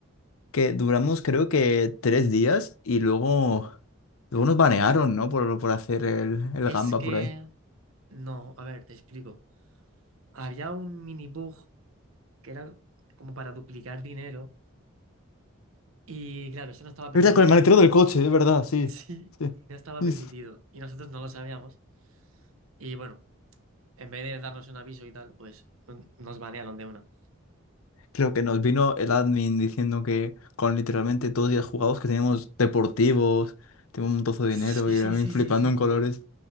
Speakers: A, on the left; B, on the right.
A: que duramos creo que tres días y luego, luego nos banearon, ¿no? Por, por hacer el, el
B: Es
A: gamba
B: que...
A: por ahí. Es
B: No, a ver, te explico. Había un mini bug que era como para duplicar dinero Y claro, eso no estaba permitido
A: verdad, con el
B: y
A: maletero del coche, es verdad,
B: <laughs>
A: sí.
B: sí,
A: Sí.
B: y no estaba
A: Sí.
B: permitido. Y nosotros no lo sabíamos. Y bueno, en vez de darnos un aviso y tal, pues n- nos banearon de una.
A: Creo que nos vino el admin diciendo que con literalmente todos los días jugados que teníamos deportivos, teníamos un montozo de
B: Sí,
A: dinero
B: sí,
A: y a mí
B: sí,
A: flipando
B: sí, sí.
A: en colores.